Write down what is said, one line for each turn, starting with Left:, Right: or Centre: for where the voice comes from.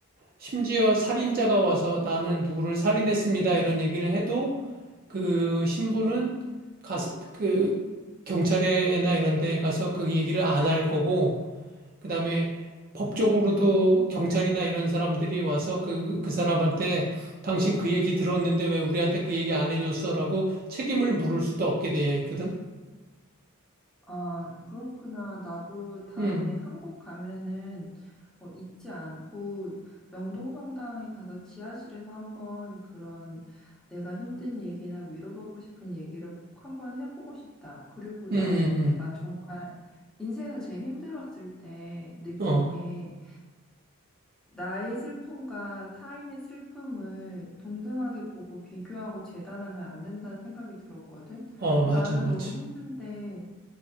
Right: 심지어 살인자가 와서 나는 누구를 살인했습니다, 이런 얘기를 해도, 그 신부는 가서, 그 경찰에나 이런 데 가서 그 얘기를 안 할 거고, 그다음에 법적으로도 경찰이나 이런 사람들이 와서 그, 그 사람한테 당신 그 얘기 들었는데 왜 우리한테 그 얘기 안 해줬어라고 책임을 물을 수도 없게 되어 있거든.
Centre: 아, 그렇구나. 나도 다음에
Right: 응,
Centre: 한국 가면은 어, 잊지 않고 명동성당에 가서 지하실에서 한번 그런 내가 힘든 얘기나 위로받고 싶은 얘기를 꼭 한번 해보고 싶다. 그리고
Right: 응,
Centre: 나는
Right: 응,
Centre: 내가 정말 인생에서 제일 힘들었을 때 느낀
Right: 응. 어,
Centre: 게 나의 슬픔과 타인의 슬픔을 동등하게 보고 비교하고 재단하면 안 된다는 생각이 들었거든.
Right: 어, 맞아,
Centre: 나는
Right: 맞아.
Centre: 너무 힘든데